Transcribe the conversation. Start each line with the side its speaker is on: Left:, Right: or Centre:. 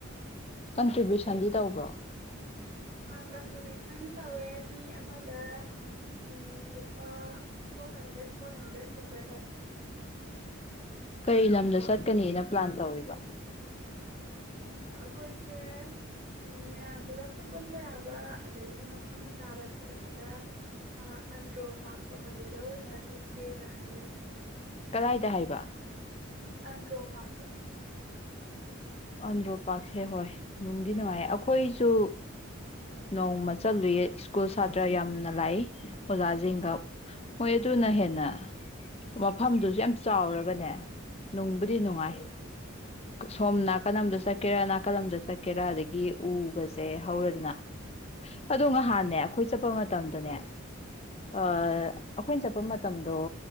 Left: ꯀꯟꯇ꯭ꯔꯤꯕ꯭ꯌꯨꯁꯟꯗꯤ ꯇꯧꯕ꯭ꯔꯣ?
Right: ꯑꯥ ꯀꯟꯇ꯭ꯔꯤꯕ꯭ꯌꯨꯁꯟ ꯇꯧꯋꯦ ꯃꯤ ꯑꯃꯗ ꯎꯝ ꯂꯨꯄꯥ ꯐꯣꯔ ꯍꯟꯗ꯭ꯔꯦꯠ ꯐꯣꯔ ꯍꯟꯗ꯭ꯔꯦꯠꯀꯨꯝꯕ ꯇꯧꯋꯦ꯫
Left: ꯀꯩ ꯂꯝꯗ ꯆꯠꯀꯅꯤꯅ ꯄ꯭ꯂꯥꯟ ꯇꯧꯔꯤꯕ?
Right: ꯑꯉꯥ ꯑꯩꯈꯣꯏꯁꯦ ꯎꯝ ꯃꯌꯥꯝ ꯄꯨꯂꯞꯁꯨ ꯄꯨꯟꯕ ꯌꯥꯕ ꯑꯗꯒꯤ ꯃꯐꯝ ꯆꯥꯕ ꯊꯤꯔꯛꯄꯗ ꯑꯥ ꯑꯟꯗ꯭ꯔꯣ ꯄꯥꯔꯛꯇꯣ ꯑꯗꯨꯗ ꯑꯣꯏꯅ ꯆꯠꯁꯦꯅ ꯍꯥꯏꯅꯩꯩ꯫
Left: ꯀꯗꯥꯏꯗ ꯍꯥꯏꯕ
Right: ꯑꯟ꯭ꯔꯣ ꯄꯇ
Left: ꯑꯟꯗ꯭ꯔꯣ ꯄꯥꯔꯁꯦ ꯍꯣꯏ ꯅꯨꯡꯗꯤ ꯅꯨꯡꯉꯥꯏ ꯑꯩꯈꯣꯏꯁꯨ ꯅꯣꯡꯃ ꯆꯠꯂꯨꯏꯌꯦ ꯁ꯭ꯀꯨꯜ ꯁꯥꯇ꯭ꯔ ꯌꯥꯝꯅ ꯂꯥꯛꯏ ꯑꯣꯖꯥꯁꯤꯡꯒ ꯃꯣꯏ ꯑꯗꯨꯅ ꯍꯦꯟꯅ ꯃꯐꯝꯗꯨꯁꯨ ꯌꯥꯝ ꯆꯥꯎꯔꯒꯅꯦ ꯅꯨꯡꯕꯨꯗꯤ ꯅꯨꯡꯉꯥꯏ ꯁꯣꯝꯅ ꯅꯥꯀꯜꯂꯝ ꯑꯃꯗ ꯆꯠꯀꯦꯔꯥ ꯅꯥꯀꯜꯂꯝ ꯑꯃꯗ ꯆꯠꯀꯦꯔꯥ ꯑꯗꯒꯤ ꯎꯕꯁꯦ ꯍꯧꯔꯦꯗꯅ ꯑꯗꯣ ꯉꯍꯥꯟꯅꯦ ꯑꯩꯈꯣꯏ ꯆꯠꯄ ꯃꯇꯝ ꯃꯇꯝꯗꯨꯅꯦ ꯑꯩꯈꯣꯏꯅ ꯆꯠꯄ ꯃꯇꯝꯗꯣ